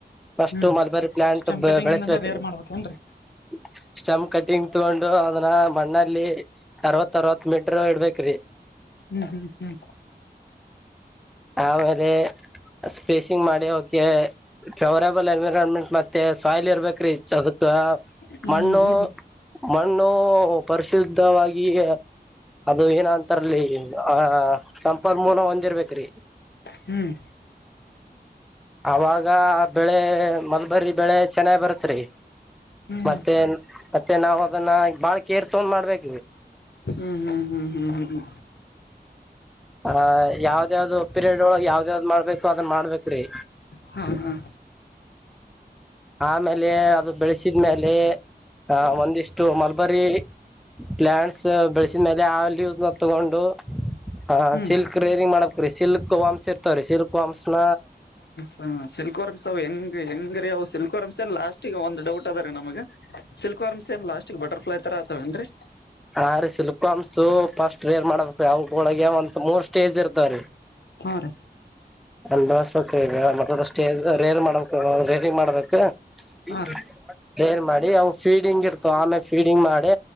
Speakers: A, in the centre; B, on the left.
A: ಫಸ್ಟು
B: ಹ್ಮ್
A: ಮಲ್ಬರಿ ಪ್ಲಯಾಂಟ್
B: ಸ್ಟೆಮ್ ಕಟಿಂಗ್
A: ಬೆಳೆಸ್ಬೇಕ್ರಿ
B: ಇಂದಾನೇ ರೇರ್ ಮಾಡ್ಬೇಕೇನ್ರಿ
A: <unintelligible> ಸ್ಟಪ್ ಕಟಿಂಗ್ ತಗೊಂಡು ಅದನ್ನ ಮಣ್ಣಲ್ಲಿ ಅರವತ್ ಅರವತ್ ಮೀಟ್ರು ಇಡಬೇಕ್ರಿ
B: ಹ್ಮ್ ಹ್ಮ್
A: ಆಮೇಲೆ ಸ್ಪೇಷಿಂಗ್ ಮಾಡಿ ಹವಕೆ ಫೇವರೇಬಲ್ ಎನ್ವಿರಾನ್ಮೆಂಟ್ ಮತ್ತೆ ಸಾಯಿಲ್ ಇರ್ಬೇಕ ರೀ ಅದಕ್
B: ಹ್ಮ್ ಹ್ಮ್
A: ಮಣ್ಣು ಮಣ್ಣು... ಪರಿಶುದ್ಧವಾಗಿ ಅದು ಏನ ಅಂತಾರಲಿ ಈಗಿಂದ ಆ ಸಂಪನ್ ಮೂಲ ಒಂದಿರ್ಬೇಕ್ರಿ
B: ಹ್ಮ್
A: ಅವಾಗ ಬೆಳೆ ಮಲ್ಬರಿ ಬೆಳೆ ಚೆನ್ನಾಗ ಬರುತ್ರಿ
B: ಹ್ಮ್
A: ಮತ್ತೆ
B: ಹ್ಮ್
A: ಮತ್ತೆ ನಾವ ಅದನ್ನ ಬಾಳ್ ಕೇರ್ ತಗೊಂಡ್ ಮಾಡ್ಬೇಕರಿ
B: ಹ್ಮ್ ಹ್ಮ್ ಹ್ಮ್ ಹ್ಮ್ ಹ್ಮ್ಮ್
A: ಆ ಯಾವ್ದ ಯಾವ್ದು ಪೀರಿಯಡ್ ಒಳಗ್ ಯಾವ್ದ ಯಾವ್ದ ಮಾಡ್ಬೇಕು ಅದನ್ ಮಾಡ್ಬೇಕ್ರೀ
B: ಹಾ ಹಾ
A: ಆಮೇಲೆ ಅದು ಬೆಳಸಿದ್ಮೇಲೆ ಆ ಒಂದಿಷ್ಟು ಮಲ್ಬರಿ ಪ್ಲಾಂಟ್ಸ ಬೆಳೆಸಿದ ಮೇಲೆ ಆ ಲೂಸ್ ನ ತಗೊಂಡು ಹಾ
B: ಹ್ಮ್
A: ಸಿಲ್ಕ್ ರೇರಿಂಗ್ ಮಾಡಕ್ರಿ ಸಿಲ್ಕ್ ವಂಶ ಇರ್ತವ್ರೀ ಸಿಲ್ಕ ವಂಶನ
B: ಹ ಸಿಲ್ಕ್ ವರ್ಮ್ಸ್ ಅವ ಹೆಂಗ್ ಹೆಂಗ ರೀ ಅವು ಸಿಲ್ಕ್ ವರ್ಮ್ಸ ಅ ಲಾಸ್ಟಿಗೆ ಒಂದ ಡೌಟ್ ಅದ ರೀ ನಮಗೆ ಸಿಲ್ಕ್ ವರ್ಮ್ಸ್ ಏನ ಲಸ್ಟ್ ಬಟರ್ಫ್ಲೈ ತರ ಅತವೇನ್ರಿ
A: ಹಾ ರೀ ಸಿಲ್ಕಮ್ಸು ಫಸ್ಟ್ ರೇರ್ ಮಾಡ್ಬೇಕ್ರಿ ಅವಕ್ ಒಳಗೆ ಒಂತ ಮೂರ್ ಸ್ಟೇಜ್ ಇರ್ತವ್ರೀ
B: ಹಾ ರೀ
A: ಅನ್ ಬಸ್ಬೇಕ ಈಗ ಮತ್ತ ಸ್ಟೇಜ್ ರೇರ ಮಾಡ್ಬೇಕ ರೇರಿಗ ಮಾಡ್ಬೇಕ <inaudible>
B: ಹಾ ರೀ
A: ರೇರ್ ಮಾಡಿ ಅವು ಫೀಡಿಂಗ್ ಇರ್ತವ ಆಮೇಲ ಫೀಡಿಂಗ್ ಮಾಡಿ